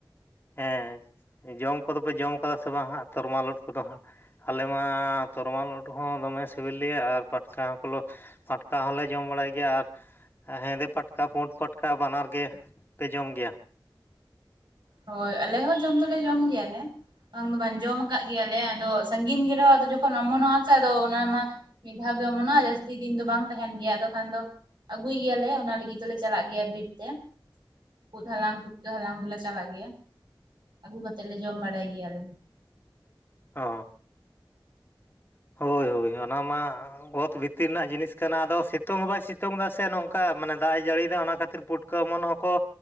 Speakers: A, on the left; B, on the right.
A: ᱦᱮᱸ ᱡᱚᱢ ᱠᱚᱫᱚ ᱯᱮ ᱡᱚᱢ ᱠᱟᱫᱟ ᱥᱮ ᱵᱟᱝ ᱦᱟᱸᱜ ᱛᱚᱨᱢᱟᱞ ᱳᱫ ᱠᱚᱫᱚ ᱦᱟᱸᱜ? ᱟᱞᱮ ᱢᱟᱻ ᱛᱚᱨᱢᱟᱞ ᱳᱫ ᱦᱚᱸ ᱫᱚᱢᱮ ᱥᱮᱹᱵᱮᱹᱞ ᱞᱮᱭᱟ ᱟᱨ ᱯᱟᱴᱠᱟ ᱦᱚ ᱠᱚᱞᱚᱼ ᱯᱟᱴᱠᱟ ᱦᱚᱸᱞᱮ ᱡᱚᱢ ᱵᱟᱲᱟᱭ ᱜᱮᱭᱟ ᱟᱨᱼ ᱦᱮᱸᱫᱮ ᱯᱟᱴᱠᱟ, ᱯᱩᱰ ᱯᱟᱴᱠᱟ ᱵᱟᱱᱟᱨ ᱜᱮ ᱯᱮ ᱡᱚᱢ ᱜᱮᱭᱟ?
B: ᱦᱳᱭ ᱟᱞᱮ ᱦᱚ ᱡᱚᱢ ᱫᱚᱞᱮ ᱡᱚᱢ ᱜᱮᱭᱟ ᱞᱮ᱾ ᱵᱟᱝ ᱫᱚ ᱵᱟᱝ ᱡᱚᱢ ᱟᱠᱟᱫ ᱜᱮᱭᱟ ᱞᱮ, ᱟᱫᱚ ᱥᱟᱜᱤᱧ ᱜᱮ ᱨᱮᱦᱚ ᱟᱫᱚ ᱡᱚᱠᱷᱚᱱ ᱚᱢᱚᱱᱚᱜ-ᱟ ᱥᱮ ᱟᱫᱚ ᱚᱱᱟ ᱢᱟᱼ ᱢᱤᱫ ᱫᱟᱦᱟᱣ ᱜᱮ ᱚᱢᱚᱱᱚᱜᱼᱟ ᱡᱟᱥᱛᱤ ᱫᱤᱱ ᱫᱚ ᱵᱟᱝ ᱛᱟᱸᱦᱮᱱ ᱜᱮᱭᱟ, ᱟᱫᱚ ᱠᱷᱟᱱ ᱫᱚᱼ ᱟᱜᱩᱭ ᱜᱮᱭᱟᱞᱮ ᱚᱱᱟ ᱞᱟᱜᱤᱫ ᱫᱚᱞᱮ ᱪᱟᱞᱟᱜ ᱜᱮᱭᱟ ᱵᱤᱨ ᱛᱮ᱾ ᱳᱫ ᱦᱟᱞᱟᱝ ᱯᱩᱴᱠᱟᱹ ᱦᱟᱞᱟᱝ ᱫᱚᱞᱮᱼ ᱪᱟᱞᱟᱜ ᱜᱮᱭᱟ᱾ ᱟᱜᱩ ᱠᱟᱛᱮᱜ ᱞᱮ ᱡᱚᱢ ᱵᱟᱲᱟᱭ ᱜᱮᱭᱟᱞᱮ᱾
A: ᱚᱻ ᱦᱳᱭ ᱦᱳᱭ ᱚᱱᱟ ᱢᱟᱻ ᱚᱛ ᱵᱷᱤᱛᱤᱨ ᱨᱮᱱᱟᱜ ᱡᱤᱱᱤᱥ ᱠᱟᱱᱟ ᱟᱫᱚ ᱥᱤᱛᱩᱝ ᱦᱚ ᱵᱟᱭ ᱥᱤᱛᱩᱝ ᱮᱫᱟ ᱥᱮ ᱚᱝᱠᱟ ᱢᱟᱱᱮ ᱫᱟᱜ ᱮ ᱡᱟᱹᱲᱤ ᱭᱮᱫᱟ ᱚᱱᱟ ᱠᱷᱟᱹᱛᱤᱨ ᱯᱩᱴ ᱠᱟᱹ ᱚᱢᱚᱱᱟᱜ ᱠᱚ,